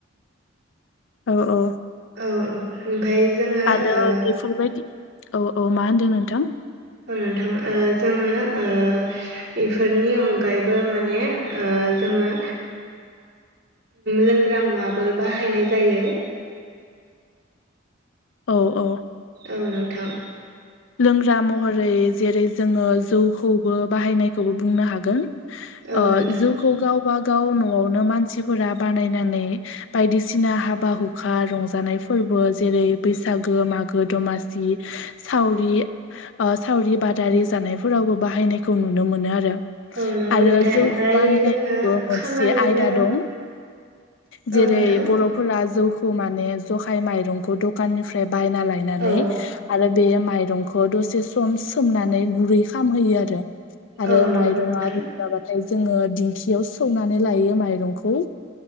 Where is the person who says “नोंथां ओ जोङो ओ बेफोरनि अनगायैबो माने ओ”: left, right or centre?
Right